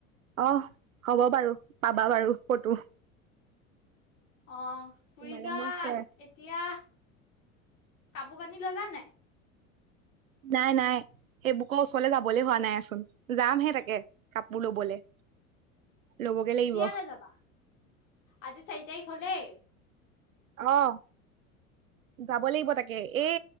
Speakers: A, on the right; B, on the left.
A: অহ হ'ব বাৰু পাবা বাৰু ফটো।
B: অ পুৰি
A: তোমালে
B: যোৱা
A: মই শ্বেয়াৰ
B: এতিয়া কাপোৰ কানি ললা নাই?
A: নাই নাই সেইবুকৰ ওচৰলে যাবলে হোৱা নাইচোন যামহে তাকে কাপোৰ লবলে। ল'বগে
B: কেতিয়ালে
A: লাগিব
B: যাবা? আজি চাৰি তাৰিখ হলেই!
A: অহ। যাব লাগিব তাকে এই